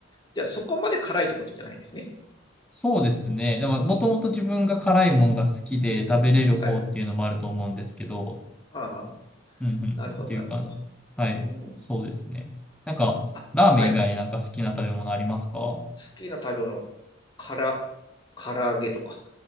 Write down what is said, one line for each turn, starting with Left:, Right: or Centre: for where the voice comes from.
Left: じゃあ、そこまで辛いってことじゃないんですね。
Centre: <laughs> そうですね。でも、
Left: うん
Centre: もともと自分が辛いもんが好きで食べれる方っていうのもあると思うんですけど、
Left: はい。ああ、
Centre: うんうんうん、
Left: なるほど、
Centre: っていう感じ。
Left: なるほど。
Centre: はい。
Left: うん。
Centre: そうですね。なんか、
Left: あ、
Centre: ラーメン以外になんか好きな食べ物ありますか
Left: はい。好きな食べ物、から、唐揚げとか。